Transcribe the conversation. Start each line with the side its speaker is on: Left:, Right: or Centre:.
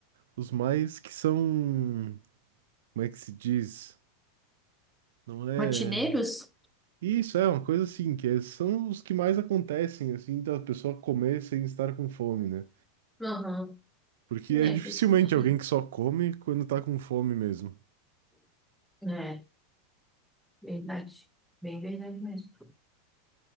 Right: os mais que são, como é que se diz? Não é.
Centre: Rotineiros?
Right: é, Isso é uma coisa assim, que é- são os que mais acontecem, assim, da pessoa comer sem estar com fome, né?
Centre: Uhum.
Right: Porque é
Centre: É,
Right: dificilmente
Centre: tô sentindo.
Right: alguém que só come quando tá com fome mesmo.
Centre: É, verdade. Bem verdade mesmo.